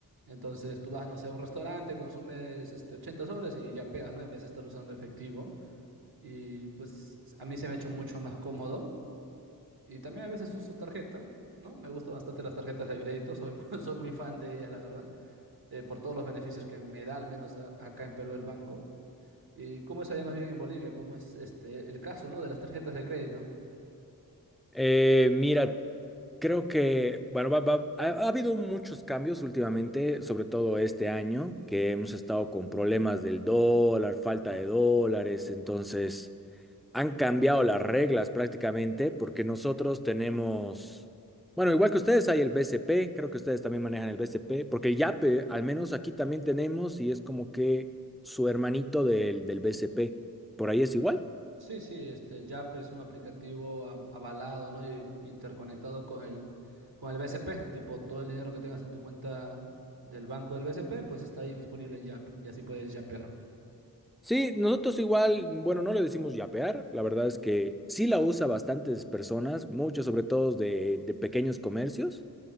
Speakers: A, on the right; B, in the centre.
A: Entonces tú vas, no sé, a un restaurante, consumes este, 80 soles y ya pegas, ¿no? En vez de estar usando efectivo. Y pues a mí se me ha hecho mucho más cómodo. Y también a veces uso tarjeta, ¿no? Me gustan bastante las tarjetas de crédito, soy, mu- <laughs> soy muy fan de ellas, la verdad, eh, por todos los beneficios que me da, al menos a- acá en Perú, el banco. ¿Y cómo es allá más bien en Bolivia? ¿Cómo es este, el caso, ¿no? De las tarjetas de crédito.
B: Eh, mira, creo que, bueno, va- va- ha, ha habido muchos cambios últimamente, sobre todo este año, que hemos estado con problemas del dólar, falta de dólares, entonces han cambiado las reglas prácticamente porque nosotros tenemos, bueno, igual que ustedes hay el BCP, creo que ustedes también manejan el BCP, porque el YAPE, al menos aquí también tenemos y es como que su hermanito del, del BCP, por ahí es igual.
A: Sí, sí, este Yap es un aplicativo av- avalado, ¿no? Y interconectado con el, con el BCP. Tipo, todo el dinero que tengas en tu cuenta del banco del BCP, pues está ahí disponible en Yap Y así puedes yapear.
B: Sí, nosotros igual, bueno, no le decimos yapear, la verdad es que sí la usa bastantes personas, muchos sobre todo de, de pequeños comercios,